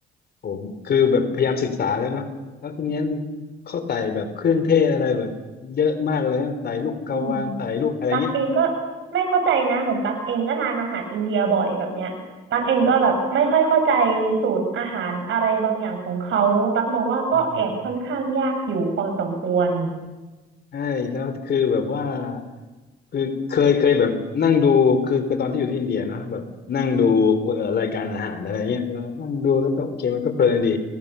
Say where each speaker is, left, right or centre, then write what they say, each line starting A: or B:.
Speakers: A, on the left; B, on the right.
A: ผมคือแบบพยายามศึกษาแล้วเนาะแล้วทีนี้เขาใส่แบบเครื่องเทศอะไรแบบเยอะมากเลยนะใส่ลูกกระวานใส่ลูกอะไรเงี้ย
B: อืม ตักเองก็ไม่เข้าใจนะเหมือนตักเองก็ทานอาหารอินเดียบ่อยแบบเนี้ยตักเองก็แบบไม่ค่อยเข้าใจสูตรอาหารอะไรบางอย่างของเขาตักมองว่าก็แอบค่อนข้างยากอยู่พอสมควร
A: <laughs> อืม ใช่แล้วคือแบบว่าคือเคยเคยแบบนั่งดูคือคือตอนที่อยู่ที่อินเดียนะแบบนั่งดูเอ่อรายการอาหารอะไรเงี้ยเออนั่งดูแล้วก็โอเคมันก็เพลินดี